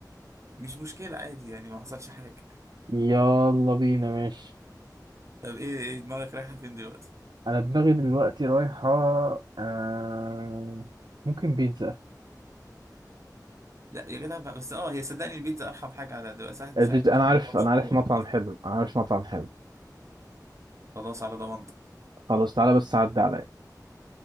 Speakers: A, on the right; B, on the right.
A: مش مشكله عادي يعني ما حصلش حاجه
B: يلا بينا ماشي
A: <laughs> طب ايه ايه دماغك رايحه فين دلوقتي
B: انا دماغي دلوقتي رايحة آه... ممكن بيتزا
A: لا يا جدع بقى بس اه هي صدقني البيتزا ارحم حاجه على دلوقتي واحد مش
B: البيتزا
A: هاكل
B: انا
A: حاجه
B: عارف
A: معرفش
B: انا عارف
A: دلوقتي
B: مطعم
A: مثلاً.
B: حلو انا عارف مطعم حلو
A: خلاص على ضمانتك
B: خلاص تعالى بس عدى عليا